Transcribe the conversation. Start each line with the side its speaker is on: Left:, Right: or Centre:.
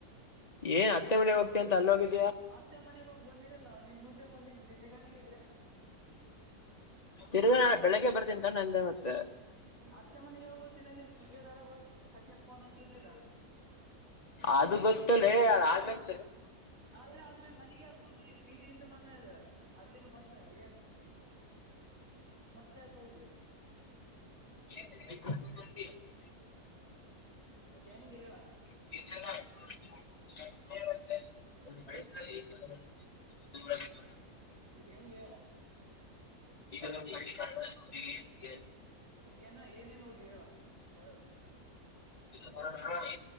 Left: ಏನ್ ಅತ್ತೆ ಮನೆ ಹೋಗ್ತ ಅಂತ ಅಲ್ಲಿ ಹೋಗಿದ್
Right: ಅತ್ತೆ ಮನೆಗ ಹೋಗಿ ಬಂದಿರಲ್ಲ ನಿನ್ ಮುಂದೆ ಬಂದಿಿ ದಿದ್ದಿಗಣಗೇನ್.
Left: ತಿರ್ಗಾ ನಾ ಬೆಳಗ್ಗೆ ಬರ್ತೀನಿ ತಾನೆ ಅಂದೆ ಮತ್ತೆ
Right: ಅತ್ತೆ ಮನೆಗ ಹೋಗ್ ಕ್ರಿಕೆಟ್ ಆಡಕ್ ಹೋಗ ಸಚಿನ್ ಫೋನ್ ಹಚ್ಚಿದ್ದಿಲ್ಲ.
Left: ಅದು ಗೊತ್ತಲ್ಲೇ ಆಮೇಲ್.
Right: ಆದ್ರೆ ಆದ್ಮೇಲೆ ಮನೆಗೆ ಹಾಕವಿ ಪೀಜೆಯಿಂದ. ಬಂದ್ಮೇಲೆ ಅಲಿ ಬಂದ್ಮೇಲೆ ಏನು ಮತ್ತೆ. ಮತ್ತ್ ಯಾಕ್ ಹೋಗಲಿ.
Left: <inaudible>
Right: ಈಗ ಹೆಂಗೆ ಹೇಳ.
Left: <inaudible> <inaudible>
Right: ಈಗ ಹೆಂಗ ಹೇಳ.
Left: ಈಗ ನೋಡು ಗರಿಷ್ಠ <unintelligible> ಗೆ.
Right: ಈಗೇನು ಏನೇನ್ ಓದಿ ಹೇಳೋ ಭಯೋ.
Left: ಬಿಜಿನೆಸ್ ಹೋಗಿ